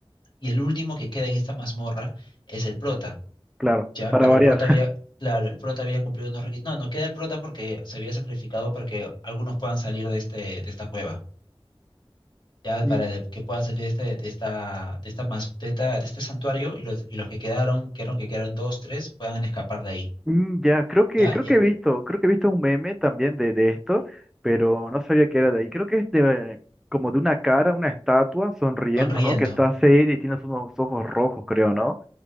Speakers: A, on the left; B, in the centre.
A: y el último que queda en esta mazmorra es el prota,
B: claro,
A: ¿ya?
B: para
A: Pero
B: variar.
A: el prota había, claro, el prota había cumplido unos requisitos. No, no queda el prota porque se había sacrificado para que algunos puedan salir de este, de esta cueva ya
B: <laughs>
A: para de- que puedan salir de, este, de esta, de esta, mas- de esta- de este santuario y los, y los que quedaron, que eran que quedaron dos, tres, puedan escapar de ahí,
B: Mm, ya, creo que,
A: ¿ya?
B: creo
A: Y
B: que
A: él
B: he visto, creo que he visto un meme también de, de esto, pero no sabía que era de ahí. Creo que es de, como de una cara, una estatua sonriendo,
A: sonriendo,
B: ¿no? Que está seria y tiene unos ojos rojos, creo, ¿no?